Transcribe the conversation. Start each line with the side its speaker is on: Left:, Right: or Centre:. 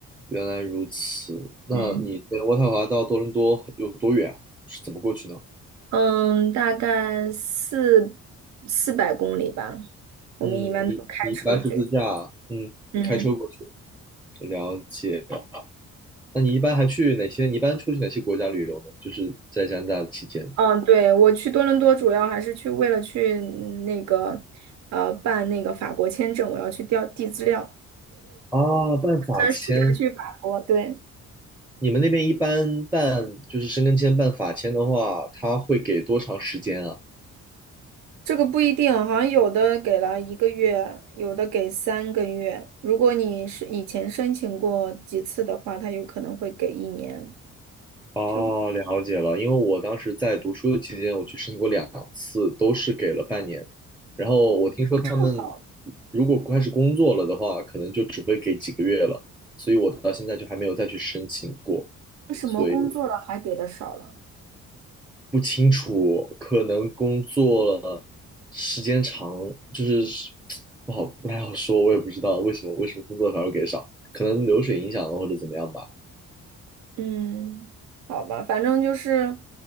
Centre: 原来如此，那你在渥太华到多伦多有多远啊是怎么过去呢？
Right: 嗯，嗯，大概四四百公里吧，我们一般都开车去。
Centre: 嗯，你你一般是自驾，嗯，
Right: 嗯。
Centre: 开车过去，了解。那你一般还去哪些？你一般出去哪些国家旅游呢？就是在加拿大期间。
Right: 嗯，对，我去多伦多主要还是去为了去嗯那个，呃，办那个法国签证，我要去调递资料，
Centre: 啊，办法签
Right: 打算暑假去法国。对，
Centre: 你们那边一般办就是申根签、办法签的话，他会给多长时间啊？
Right: 这个不一定，好像有的给了一个月，有的给三个月。如果你是以前申请过几次的话，他有可能会给一年。
Centre: 哦，
Right: 就
Centre: 了解了。因为我当时在读书的期间，我去申请过两次，都是给了半年。然后我听说他们
Right: 这么好，
Centre: 如果开始工作了的话，可能就只会给几个月了。所以我到现在就还没有再去申请过。
Right: 为什么工作了还给的少了？
Centre: 所以。不清楚，可能工作了时间长，就是不好不太好说，我也不知道为什么为什么工作反而给少，可能流水影响了或者怎么样吧。
Right: 嗯，好吧，反正就是，